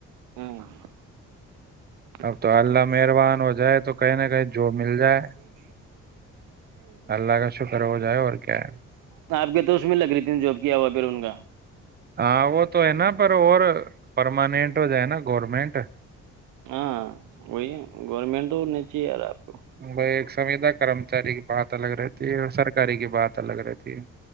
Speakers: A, on the right; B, on the right.
A: <unintelligible>
B: اب تو اللہ مہربان ہو جائے تو کہیں نہ کہیں جو مل جائے اللہ کا شکر ہو جائے اور کیا ہے
A: <unintelligible> کرن گا
B: ہاں وہ تو ہے نا پر اور پرماننٹ ہو جائے نا گورنمنٹ
A: ہاں وہی گورنمنٹ تو نیچی ار آپ کو
B: وہ ایک سویدا کرمچاری کی بات پ لگ رہی ت ہے سرکاری کی بات اچھ لگ رہتی ہے